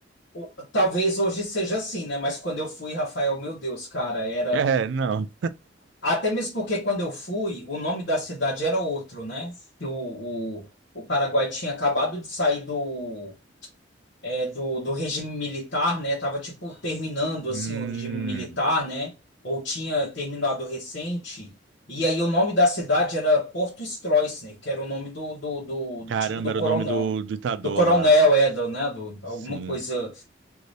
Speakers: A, on the left (about 70°); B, on the right (about 65°).
A: o- talvez hoje seja assim, né? Mas quando eu fui, Rafael, meu Deus, cara, era.
B: é não.
A: Até mesmo porque quando eu fui, o nome da cidade era outro, né? Que o, o, o Paraguai tinha acabado de sair do. é, do, do regime militar, né? Tava tipo terminando
B: Hum,
A: assim o regime militar, né? Ou tinha terminado recente. E aí o nome da cidade era Porto Stroessner, que era o nome do, do, do
B: caramba,
A: tipo do
B: era
A: coronel.
B: o nome do ditador
A: Do coronel,
B: lá.
A: é, do, né? Do, alguma
B: Sim.
A: coisa.